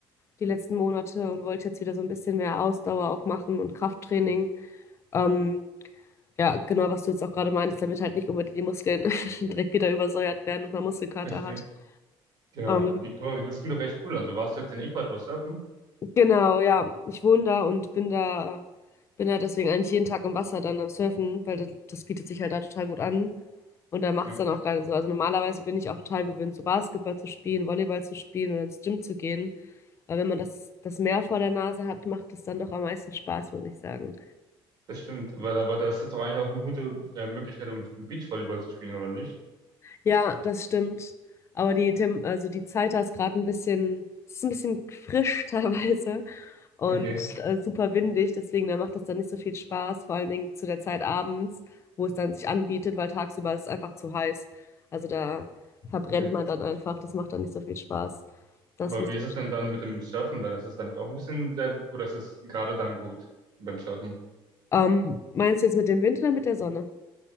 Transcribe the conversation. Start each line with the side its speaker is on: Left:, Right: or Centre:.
Left: die letzten Monate und wollte jetzt wieder so ein bisschen mehr Ausdauer auch machen und Krafttraining. Ähm, ja, genau, was du jetzt auch gerade meintest, damit halt nicht unbedingt die Muskeln <laughs> direkt wieder übersäuert werden und man Muskelkater
Right: echt?
Left: hat.
Right: Ja,
Left: Ähm,
Right: wie, aber das klingt doch echt cool. Also warst du jetzt in Ecuador surfen?
Left: genau, ja, ich wohne da und bin da, bin da deswegen eigentlich jeden Tag im Wasser dann am Surfen, weil das, das bietet sich halt da total gut an. Und da macht
Right: Ja,
Left: es dann auch gerade so. Also normalerweise bin ich auch total gewöhnt, so Basketball zu spielen, Volleyball zu spielen oder ins Gym zu gehen. Aber wenn man das, das Meer vor der Nase hat, macht es dann doch am meisten Spaß, muss ich sagen.
Right: das stimmt. Aber, aber das ist doch eigentlich auch eine gute äh, Möglichkeit, um Beachvolleyball zu spielen, oder nicht?
Left: Ja, das stimmt. Aber die, Tem also die Zeit da ist gerade ein bisschen, es ist ein bisschen frisch <laughs> teilweise und
Right: Okay,
Left: äh, super windig, deswegen da macht das dann nicht so viel Spaß, vor allen Dingen zu der Zeit abends, wo es dann sich anbietet, weil tagsüber ist es einfach zu heiß. Also da verbrennt
Right: okay.
Left: man dann einfach, das macht dann nicht so viel Spaß. Das
Right: Aber
Left: müsst-
Right: wie ist es denn dann mit dem Surfen dann? Ist es dann auch ein bisschen sehr, oder ist es gerade dann gut beim Surfen?
Left: ähm, meinst du jetzt mit dem Wind oder mit der Sonne?